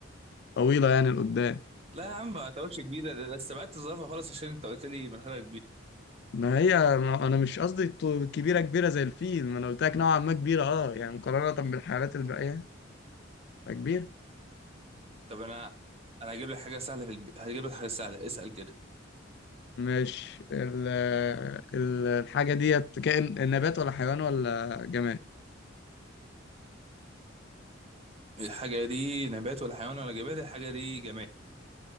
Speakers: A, on the left; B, on the right.
A: طويلة يعني لقدام
B: لا يا عم ما اعتبرش كبيرة ده أنا استبعدت الزرافة خالص عشان أنت قلت لي مناخيرها كبيرة
A: ما هي ما انا مش قصدي الطو- كبيره كبيره زي الفيل ما انا قلت لك نوعا ما كبيره اه يعني مقارنه بالحيوانات الباقيه فكبير
B: طب أنا أنا هجيب لك حاجة سهلة في الب... هجيب لك حاجة سهلة اسأل كده
A: مش ال ال- الحاجه ديت كائن نبات ولا حيوان ولا جماد
B: الحاجة دي نبات ولا حيوان ولا جماد الحاجة دي جماد